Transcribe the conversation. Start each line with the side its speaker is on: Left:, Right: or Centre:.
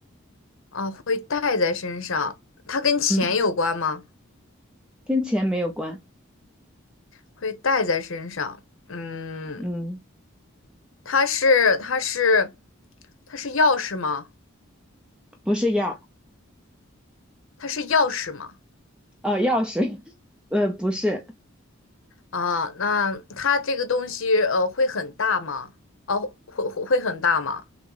Left: 啊，会带在身上，它跟钱有关吗？
Centre: 嗯，跟钱没有关，
Left: 会带在身上，嗯，
Centre: 嗯，
Left: 它是它是它是钥匙吗？
Centre: 不是钥，
Left: 它是钥匙吗？
Centre: 呃，钥匙，<laughs> 呃，不是，
Left: 啊，那它这个东西呃会很大吗？哦，会会会很大吗？